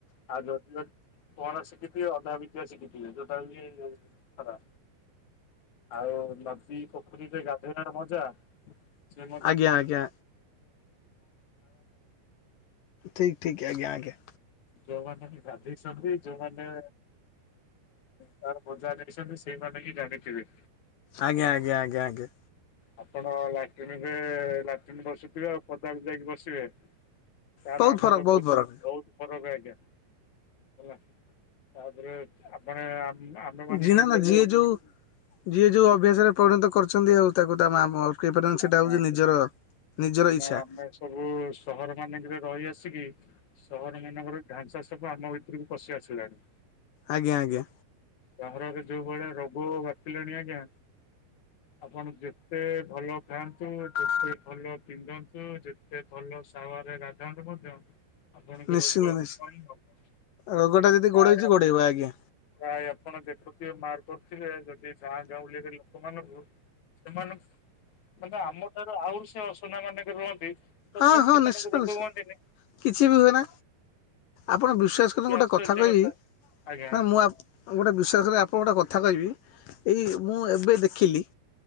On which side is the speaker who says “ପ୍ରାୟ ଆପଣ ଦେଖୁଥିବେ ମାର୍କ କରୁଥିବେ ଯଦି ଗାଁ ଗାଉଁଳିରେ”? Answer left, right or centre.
Left